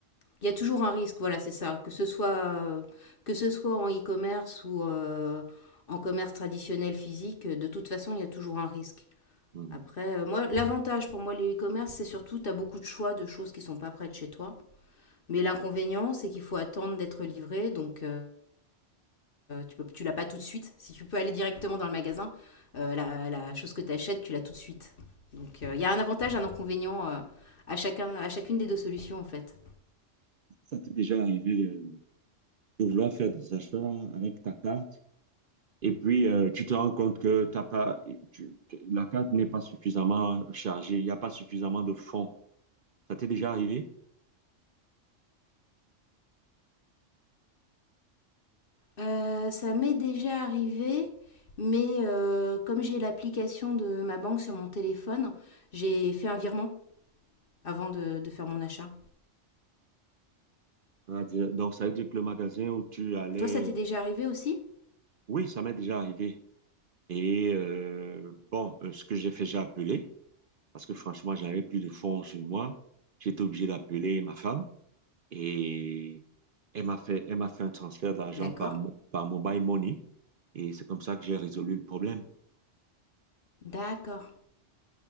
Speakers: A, on the left; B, on the right.
A: il y a toujours un risque, voilà, c'est ça. Que ce soit, euh, que ce soit en e-commerce ou euh, en commerce traditionnel physique, de toute façon, il y a toujours un risque.
B: Mhm.
A: Après, euh, moi, l'avantage pour moi, le e-commerce, c'est surtout, tu as beaucoup de choix de choses qui sont pas près de chez toi. Mais l'inconvénient, c'est qu'il faut attendre d'être livré, donc euh, euh, tu peux, tu l'as pas tout de suite. Si tu peux aller directement dans le magasin, euh, la, la chose que tu achètes, tu l'as tout de suite. Donc euh, il euh, y a un avantage, un inconvénient euh, à, chacun, à chacune des deux solutions en fait.
B: Ça t'est déjà arrivé de, de vouloir faire des achats avec ta carte et puis euh, tu te rends compte que t'as pas, tu- la carte n'est pas suffisamment chargée, il n'y a pas suffisamment de fonds Ça t'est déjà arrivé?
A: Euh, ça m'est déjà arrivé, mais euh, comme j'ai l'application de ma banque sur mon téléphone, j'ai fait un virement avant de, de faire mon achat.
B: Ah, dire- Donc, ça veut dire que le magasin où tu allais...
A: Toi, ça t'est déjà arrivé aussi
B: Oui, ça m'est déjà arrivé. Et euh, bon, euh, ce que j'ai fait, j'ai appelé, parce que franchement, j'avais plus de fonds sur moi. J'étais obligé d'appeler ma femme et elle m'a fait, elle m'a fait un transfert d'argent
A: D'accord.
B: par, mo- par Mobile Money. Et c'est comme ça que j'ai résolu le problème.
A: D'accord.